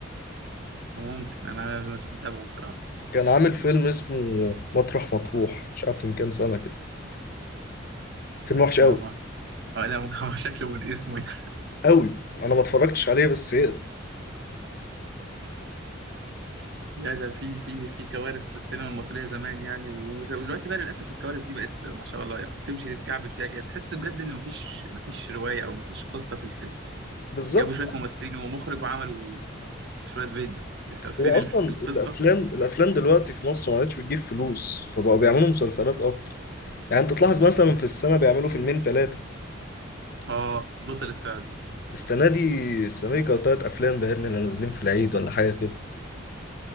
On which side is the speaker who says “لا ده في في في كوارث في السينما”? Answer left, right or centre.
Right